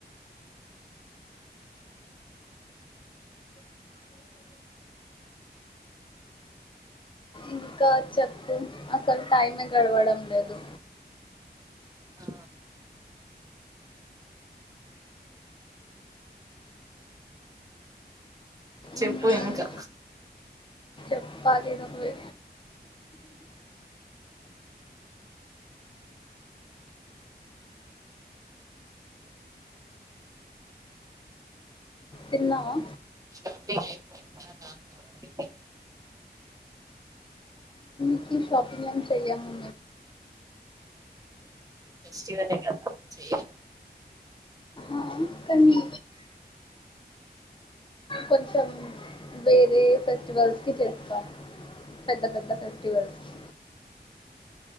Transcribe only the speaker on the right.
ఆ చెప్పు
ఇంకా
షాపింగ్ అయిపోయిందా దాంట్లో నీది
ఎందుకు ఫెస్టివలే కదా చెయ్యరా